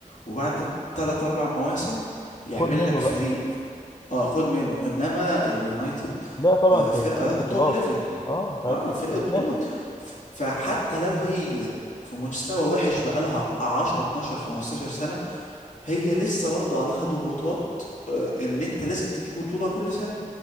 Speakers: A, on the left (about 60°); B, on the left (about 30°).
A: وبعد ثلاث اربع مواسم يعمل
B: خد منه
A: لك فريق
B: بقى
A: اه خد منه انما اليونايتد
B: لا طبعا
A: آه،
B: انت
A: فرقه
B: بتجيب بطولات
A: توب ليفل
B: اه انت عايز
A: اه فرقه
B: تتنافس
A: بطولات ف- فحتى لو هي في مستوى وحش بقالها 10 12 15 سنه هي لسه برضو عليها ضغوطات آه، ان انت لازم تجيب بطوله كل سنه